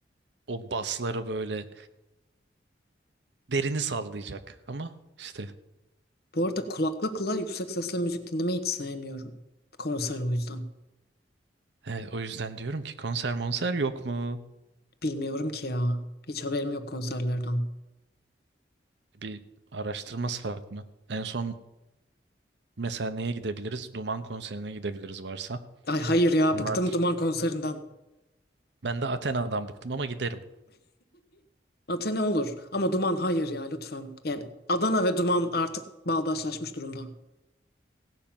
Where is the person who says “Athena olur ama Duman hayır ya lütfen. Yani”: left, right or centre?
Left